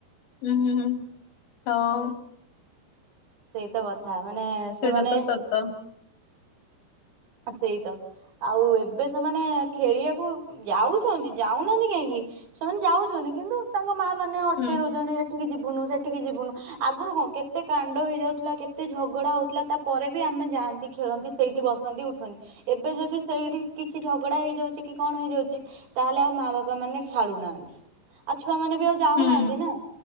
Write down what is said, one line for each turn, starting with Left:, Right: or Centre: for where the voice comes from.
Left: ହୁଁ ହୁଁ ହଁ।
Right: ସେଇତ କଥା ମାନେ
Left: ସେଇଟା
Right: ସେମାନେ
Left: ତ ସତ
Right: ସେଇତ। ଆଉ ଏବେ ସେମାନେ ଖେଳିବାକୁ ଯାଉଛନ୍ତି ଯାଉନାହାନ୍ତି କାହିଁକି। ସେମାନେ ଯାଉଛନ୍ତି କିନ୍ତୁ ତାଙ୍କ ମା ମାନେ ଅଟକେଇ
Left: ହୁଁ
Right: ଦଉଛନ୍ତି, ସେଠିକି ଯିବୁନୁ ସେଠିକି ଯିବୁନୁ ଆଗରୁ କଣ କେତେ କ ହେଇଯାଉଥିଲା, କେତେ ଝଗଡା ହଉଥିଲା ତାପରେ ବି ଆମେ ଯାଆନ୍ତି ଖେଳନ୍ତି ସେଇଠି ବସନ୍ତି ଉଠନ୍ତି। ଏବେ ଯଦି ସେଇଠି କିଛି ଝଗଡା ହେଇଯାଉଚି କି କଣ ହେଇଯାଉଚି ତାହଲେ ଆଉ ମା ବାପା ମାନେ ଛାଡ଼ୁନହନ୍ତି। ଆଉ ଛୁଆ ମାନେ ବି ଆଉ ଯାଉନାହାନ୍ତି
Left: ହୁଁ।
Right: ନା